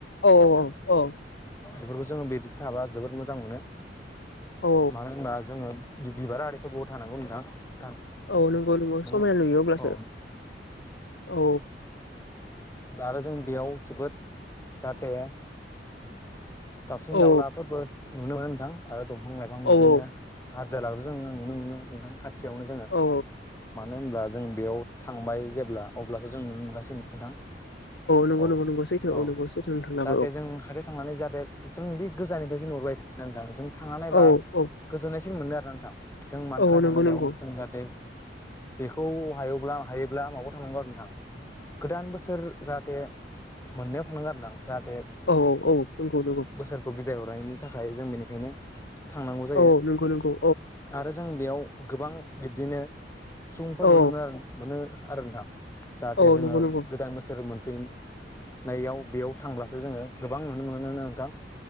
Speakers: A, on the left; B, on the left.
A: औ औ औ।
B: बेफोरखौ जोङो बिदि थाबा जोबोद मोजां मोनो
A: औ
B: मानो होनबा जोङो। बिबार आरिफोरबो थानांगौ नोंथां।
A: औ नंगौ नंगौ
B: नों
A: समायना नुयो अब्लासो
B: औ
A: औ।
B: आरो आरो जों बेयाव जोबोद जाथे। दाउसिन
A: औ औ
B: दाउलाफोरबो नुनो मोनो नोंथां आरो दंफां लाइफां बिदिनो।
A: औ
B: हाजारबो जोङो नुनो मोनो नोंथां खाथियावनो जोङो।
A: औ
B: मानो होनब्ला जों बेयाव थांबाय जेब्ला अब्लासो जों नुनो मोनगासिनो नोंथां।
A: नंगौ
B: औ
A: नंगौ नंगौ सैथो
B: औ
A: नंगौ सैथो नोंथांनाबो
B: जाहाथे जों खाथियाव थांनानै जाहाथे। जों बे गोजाननिफ्रायसो नहरबाय नोंथां जों थांनानै नायबा
A: औ औ औ
B: गोजोननायसो मोनो आरोना नोंथां। जों मानि
A: औ
B: थाखाय थाङो
A: नंगौ
B: बेयाव
A: नंगौ
B: जों जाहाथे। बेखौ हायोब्ला हायोब्ला माबायाव थांनांगौ आरो नोंथां। गोदान बोसोर जाहाथे मोननायाव थांनांगो आरो नां जा
A: औ औ औ नंगौ नंगौ।
B: बोसोरखौ बिदाय हरनायनि थाखाय जों बेनिखायनो थांनांगौ जायो
A: औ नंगौ नोंगौ।
B: आरो जों बेयाव गोबां बिब्दिनो सुबुंफोर
A: औ
B: नुनो मोनो आरो मोनो आरो नोंथां जाहाथे
A: औ
B: जोङो
A: नंगौ नंगौ
B: गोदान बोसोर मोनफै नैयाव बेयाव थांब्लासो जोङो गोबां नुनो मोनोनो नोंथां।